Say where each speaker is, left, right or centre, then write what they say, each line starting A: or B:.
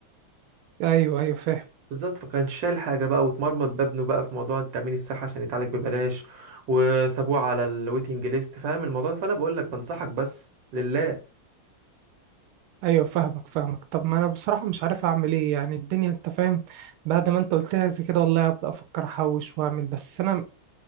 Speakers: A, on the right; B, on the right.
A: أيوه أيوه فاهم
B: بالظبط فكانش شايل حاجة بقى واتمرمط بابنه بقى في موضوع التأمين الصحي عشان يتعالج ببلاش وسابوه على الويتنج ليست فاهم الموضوع ده فأنا بقول لك بنصحك بس لله
A: ايوه فاهمك فاهمك طب ما انا بصراحه مش عارف اعمل ايه يعني الدنيا انت فاهم بعد ما انت قلتها زي كده والله هبدا افكر احوش واعمل بس انا